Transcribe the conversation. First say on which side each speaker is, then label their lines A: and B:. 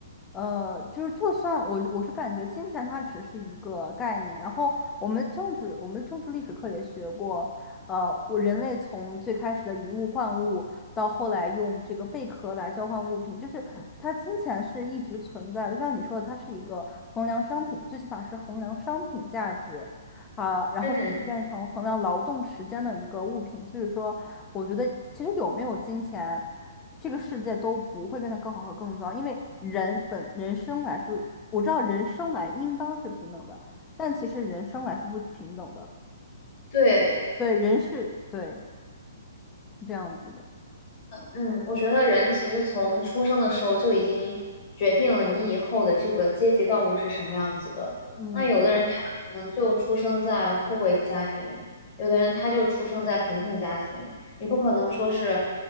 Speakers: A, on the left; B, on the left.
A: 呃，就是就算我我是感觉金钱它只是一个概念，然后我们政治我们政治历史课也学过，呃，我人类从最开始的以物换物，到后来用这个贝壳来交换物品，就是它金钱是一直存在的，就像你说的，它是一个衡量商品，最起码是衡量商品价值。啊，然后现在变成衡量劳动时间的一个物品，
B: 嗯，
A: 所以说，我觉得其实有没有金钱。这个世界都不会变得更好和更糟，因为人本人生来是，我知道人生来应当是平等的，但其实人生来是不平等的。
B: 对，
A: 对，人是，对，是这样子的。
B: 嗯，我觉得人其实从出生的时候就已经决定了你以后的这个阶级道路是什么样子的。
A: 嗯，
B: 那有的人他可能就出生在富贵家庭，有的人他就出生在贫困家庭。你不可能说是